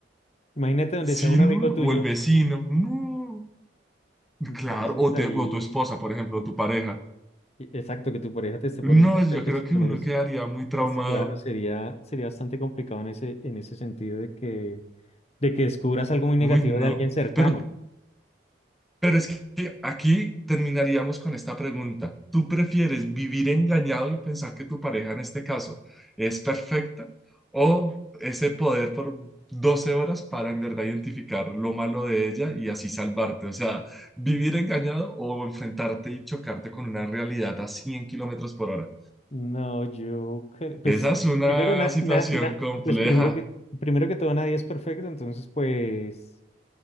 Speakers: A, on the left; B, in the centre.
A: imagínate donde
B: Sí,
A: sea un
B: no,
A: amigo tuyo.
B: o el vecino, no.
A: Entonces
B: Claro, o, te-
A: ahí,
B: o tu esposa, por ejemplo, o tu pareja.
A: e- exacto, que tu pareja te esté
B: No,
A: poniendo los
B: yo
A: cachos
B: creo
A: y
B: que
A: tú
B: uno
A: no,
B: quedaría muy traumado.
A: Pues claro, sería, sería bastante complicado en ese, en ese sentido de que, de que descubras algo muy negativo
B: Uy, no.
A: de alguien cercano.
B: Pero, pero es que aquí terminaríamos con esta pregunta. ¿Tú prefieres vivir engañado y pensar que tu pareja en este caso es perfecta o ese poder por 12 horas para en verdad identificar lo malo de ella y así salvarte? O sea, vivir engañado o enfrentarte y chocarte con una realidad a 100 kilómetros por hora.
A: No, yo, cre- pues
B: Esa es una
A: primero, na,
B: situación
A: na- na-
B: compleja.
A: pues primero que, primero que todo nadie es perfecto, entonces pues